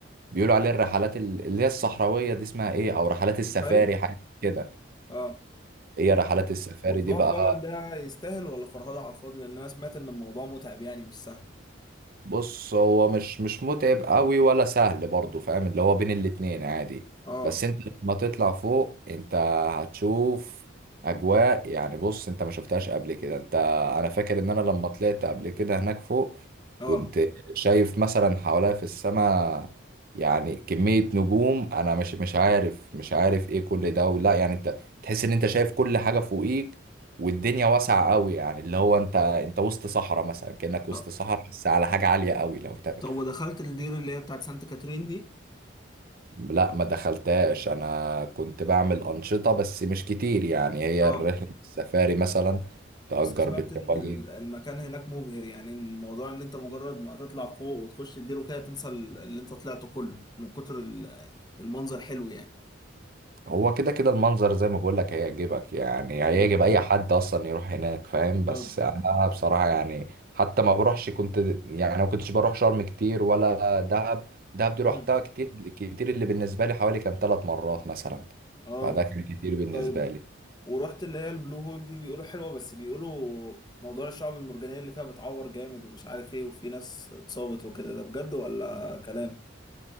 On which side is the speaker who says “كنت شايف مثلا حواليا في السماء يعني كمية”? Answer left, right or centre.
Right